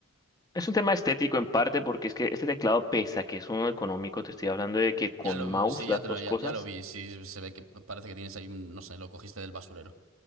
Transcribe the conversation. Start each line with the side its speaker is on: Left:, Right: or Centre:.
Left: Es un tema estético en parte porque es que este teclado pesa, que es uno económico. Te estoy hablando de que con
Right: Ya lo,
Left: mouse
Right: sí, ya
Left: las
Right: te
Left: dos
Right: lo, ya,
Left: cosas
Right: ya lo vi, sí, se ve que parece que tienes ahí, un- no sé, lo cogiste del basurero.